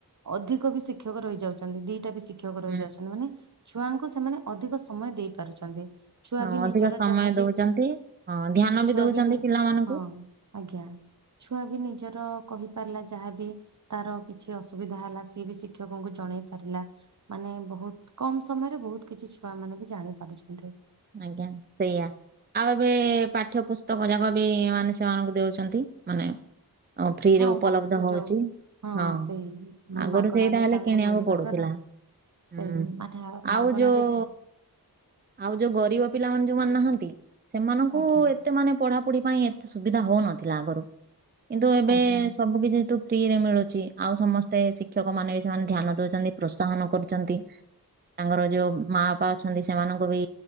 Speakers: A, on the right; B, on the right.
A: ଅଧିକ ବି ଶିକ୍ଷକ ରହି ଯାଉଛନ୍ତି। ଦିଟା ବି ଶିକ୍ଷକ ରହିଯାଉଛନ୍ତି
B: ହୁଁ
A: ମାନେ ଛୁଆଙ୍କୁ ସେମାନେ ଅଧିକ ସମୟ ଦେଇ ପାରୁଛନ୍ତି। ଛୁଆ
B: ହଁ
A: ବି ନିଜର
B: ଅଧିକ ସମୟ
A: ଯାହାବି
B: ଦଉଛନ୍ତି ହଁ ଧ୍ୟାନ
A: ଛୁଆ
B: ଦଉଛନ୍ତି
A: ବି
B: ପିଲାମାନଙ୍କୁ
A: ହଁ। ଆଜ୍ଞା ଛୁଆ ବି ନିଜର କହିପାରିଲା ଯାହାବି ତାର କିଛି ଅସୁବିଧା ହେଲା ସିଏ ବି ଶିକ୍ଷକଙ୍କୁ ଜଣେଇ ପାରିଲା। ମାନେ ବୋହୁତ କମ ସମୟରେ ବୋହୁତ କିଛି ଛୁଆ ମାନେ ବି ଜାଣି ପାରୁଛନ୍ତି।
B: ଆଜ୍ଞା ସେଇଆ ଆଉ ଏବେ ପାଠ୍ୟ ପୁସ ତକ ଯାକ ବି ମାନେ ସେମାନଙ୍କୁ ଦଉଛନ୍ତି। ମାନେ ଅ ଫ୍ରିରେ
A: ହଁ
B: ଉପଲବ୍ଧ
A: ବହୁତ ସୁଯୋଗ
B: ହଉଛି। ହଁ
A: ସେଇ ମାନେ
B: ଆଗରୁ
A: ମାଗଣାରେ
B: ସେଇଟା ହେଲେ
A: ତାଙ୍କୁ
B: କିଣିବାକୁ
A: ମିଳିବା
B: ପଡୁଥିଲା।
A: ଦ୍ଵାରା
B: ହୁଁ
A: ସେଇ ମାନେ
B: ଆଉ
A: ମାଗଣାରେ
B: ଯୋଉ ଆଉ ଯୋଉ ଗରିବ ପିଲାମାନେ ଯୋଉମାନେ ନାହାନ୍ତି। ସେମାନଙ୍କୁ
A: ଆଜ୍ଞା
B: ଏତେ ମାନେ ପଢାପଢି ପାଇଁ ଏତେ ସୁବିଧା ହଉନଥିଲା ଆଗରୁ କିନ୍ତୁ ଏବେ
A: ଆଜ୍ଞା
B: ସବୁ କି ଯେତୁ ଫ୍ରି ରେ ମିଳୁଛି ଆଉ ସମସ୍ତେ ଶିକ୍ଷକ ମାନେ ବି ସେମାନେ ଧ୍ୟାନ ଦଉଛନ୍ତି ପ୍ରୋତ୍ସାହନ କରୁଛନ୍ତି। ତାଙ୍କର ଯୋଉ ମା ବାପା ଅଛନ୍ତି। ସେମାନଙ୍କୁ ବି